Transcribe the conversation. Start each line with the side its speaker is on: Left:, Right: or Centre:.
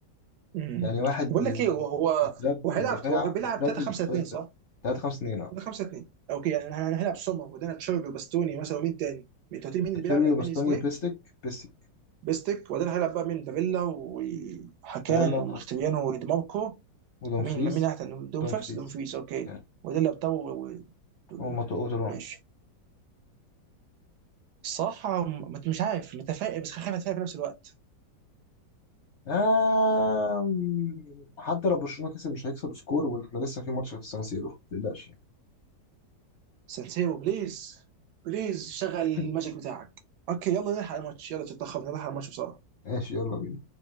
Right: امم
Left: يعني واحد
Right: بقول
Left: ي...
Right: لك ايه هو هو
Left: يتراب
Right: هو هيلعب
Left: الدفاع
Right: هو بيلعب
Left: يتراب
Right: 3
Left: الاوفسايد
Right: 5 2
Left: تراب
Right: صح؟
Left: 3 5 2 اه
Right: 3 5 2 اوكي يعني احنا هنلعب سومر وبعدين تشيربي وباستوني مثلا ومين تاني؟ انت قلت لي مين اللي
Left: تشيربي
Right: بيلعب الالماني
Left: وباستوني
Right: اسمه
Left: وبيستك
Right: ايه؟
Left: بيستك
Right: بيستك وبعدين هيلعب بقى مين بافيلا وحكان
Left: باريلا
Right: ومختبيانو وديماركو
Left: ودومفريز
Right: ومين مين احسن دوم
Left: دومفريز
Right: فيرس دوم فريز اوكي
Left: يعني
Right: وبعدين لابتو و... و-
Left: هو ماتو اوتران
Right: ماشي الصراحة م- مش عارف متفائل بس خايف اتفائل في نفس الوقت
Left: آه حتى لو برشلونة كسب مش هيكسب سكور واحنا لسه في ماتش في السان سيرو ما تقلقش يعني
Right: سانسيرو بليز بليز شغل الماجيك
Left: <laughs>
Right: بتاعك اوكي يلا نلحق الماتش يلا تتأخر نلحق الماتش بسرعة
Left: ماشي يلا بينا